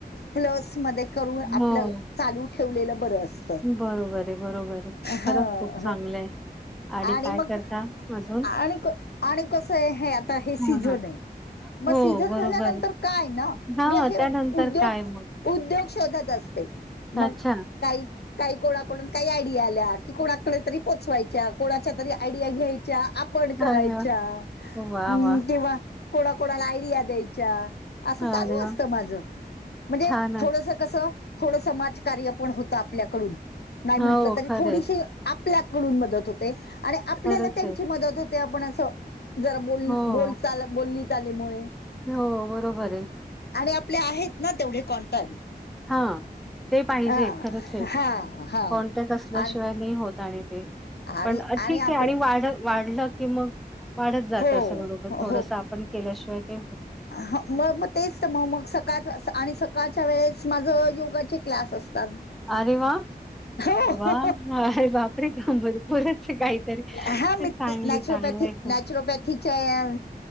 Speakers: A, on the left; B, in the centre.
A: प्लस स मध्ये करून
B: हो.
A: आपलं चालू ठेवलेलं बरस
B: बरोबर आहे, बरोबर आहे खरंच
A: ह
B: खूप चांगलं आहे
A: आणि
B: काय
A: मग
B: करता अजून?
A: आणि, आणि कसं आहे हे आता हे सीझन
B: हां, हां.
A: आहे मग
B: हो,
A: सीझन
B: बरोबर
A: झाल्यानंतर
B: आहे.
A: काय ना
B: हां,
A: मी असे
B: त्यानंतर
A: उद्योग
B: काय मग?
A: उद्योग शोधत असते मग
B: अच्छा.
A: काही, काही कोणाकडून काही आयडिया आल्या की कोणाकडे तरी पोचवायच्या कोणाच्या तरी आयडिया घ्यायच्या आपण करायच्या
B: अरे वाह! वाह,
A: ह्
B: वाह!
A: किंवा कोणा, कोणाला आयडिया द्यायच्या असं चालू
B: अरे वाह!
A: असतं माझ म्हणजे
B: छानच.
A: तसं कसं थोडं समाजकार्य पण होतं आपल्याकडून नाही
B: हो,
A: म्हटलं तरी
B: खरं
A: थोडीशी
B: आहे.
A: आपल्याकडून मदत होते आणि आपल्याला
B: खरंच
A: त्यांची
B: आहे.
A: मदत होते आपण असं जरा बोल,
B: हो,
A: बोल चाल बोलली चालीमुळे
B: हो बरोबर आहे
A: आणि आपले आहेत ना तेवढे कॉन्टॅक्ट
B: हा ते पाहिजे
A: हा
B: खरंच आहे
A: हा, हा
B: कॉन्टॅक्ट असल्याशिवाय
A: आणि
B: नाही होत आणि ते
A: आणि
B: पण ठीक
A: आपलं
B: आहे आणि वाढत वाढलं की मग वाढत जात
A: हो
B: असं बरोबर थोडस आपण केल्याशिवाय ते
A: ह म मग तेच तर म मग स का आणि सकाळच्या वेळेस माझ योगाचे क्लास असतात
B: अरे वा
A: हो
B: वा अरे बापरे का भरपूरच काहीतरी
A: हा मी
B: चांगली,
A: नॅचरोपॅथी
B: चांगलं आहे खूप.
A: नॅचरोपॅथीच्या